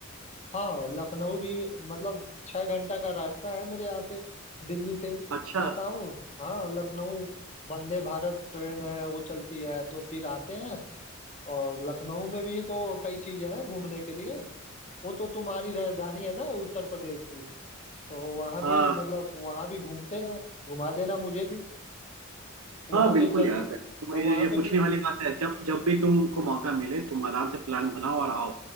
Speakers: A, on the left; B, on the right.
A: हाँ लखनऊ भी मतलब छह घंटा का रास्ता है मेरे यहाँ से दिल्ली से
B: अच्छा
A: आता हूँ हाँ लखनऊ वंदे भारत ट्रेन है वो चलती है तो फिर आते हैं और लखनऊ में भी तो कई चीजें हैं घूमने के लिए वो तो तुम्हारी राजधानी है ना उत्तर प्रदेश की तो वहाँ
B: हाँ
A: भी मतलब वहाँ भी घूमते हैं घुमा देना मुझे भी वहाँ
B: हाँ बिल्कुल
A: पे जग
B: यार तुम
A: हाँ
B: ये
A: वहाँ
B: ये
A: पे
B: पूछने
A: भी
B: वाली बात है जब जब भी तुमको मौका मिले तुम आराम से प्लान बनाओ और आओ